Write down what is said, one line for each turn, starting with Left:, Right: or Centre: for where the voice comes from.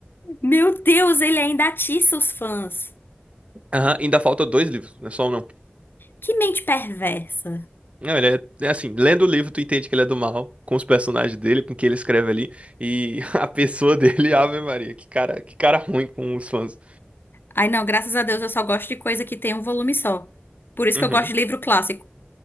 Left: Meu Deus, ele ainda atiça os fãs.
Right: Aham, ainda falta dois livros, não é só um, não.
Left: Que mente perversa.
Right: Não, ele é, é assim, lendo o livro tu entende que ele é do mal, com os personagens dele, com o que ele escreve ali, e <laughs> a pessoa dele, Ave Maria, que cara, que cara ruim com os fãs.
Left: Ai, não, graças a Deus eu só gosto de coisa que tem um volume só. Por isso
Right: Uhum.
Left: que eu gosto de livro clássico.